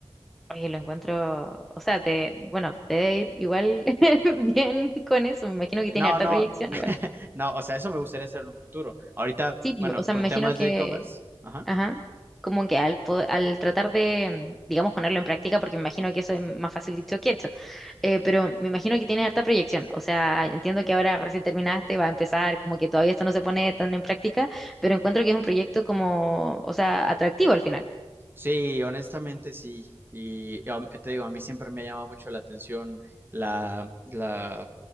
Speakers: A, in the centre; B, on the right.
A: Oye, lo encuentro, o sea, te, bueno, te debe ir igual <laughs> bien con eso, me imagino que tiene
B: No,
A: harta
B: no,
A: proyección
B: <laughs>
A: igual.
B: no, o sea, eso me gustaría hacer en un futuro. Ahorita,
A: Sí,
B: bueno,
A: o sea,
B: con
A: me imagino
B: temas
A: que,
B: de e-commerce, ajá.
A: ajá, como que al, po- al tratar de, digamos, ponerlo en práctica, porque me imagino que eso es más fácil dicho que hecho. Eh, pero me imagino que tienes harta proyección. O sea, entiendo que ahora recién terminaste, va a empezar, como que todavía esto no se pone tan en práctica, pero encuentro que es un proyecto como, o sea, atractivo al final.
B: Sí, honestamente sí. Y am- te digo, a mí siempre me llama mucho la atención la, la,